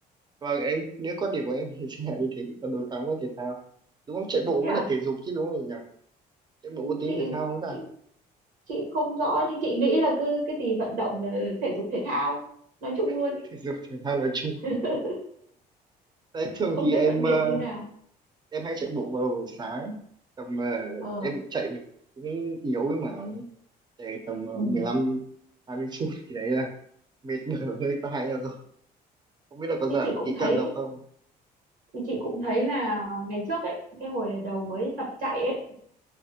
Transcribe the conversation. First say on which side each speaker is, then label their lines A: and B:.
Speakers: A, on the right; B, on the right.
A: và em nếu quan điểm của em thì sẽ là như thế còn đối kháng với thể thao đúng không chạy bộ cũng
B: thế
A: vẫn
B: à
A: là thể dục chứ đúng không nhỉ chạy
B: Ừ,
A: bộ có tính
B: chị
A: thể thao không ta
B: chị chị không rõ nhưng chị nghĩ là cứ cái gì vận động là thể dục thể thao nói chung
A: <laughs>
B: luôn ý.
A: thể dục thể thao nói chung
B: <laughs>
A: đấy thường
B: không
A: thì
B: biết
A: em
B: phân biệt
A: ờ,
B: như nào
A: em hay chạy bộ vào buổi sáng tầm ờ,
B: ờ
A: em chạy cũng yếu ấy mà chạy tầm ờ,
B: Ừ.
A: mười lăm hai mươi phút thì đấy là mệt mỏi <laughs> hơi tai ra rồi không biết là có giảm
B: Thì chị
A: được
B: cũng
A: ký
B: thấy
A: cân nào không
B: thì chị cũng thấy là ngày trước ấy cái hồi đầu mới tập chạy ấy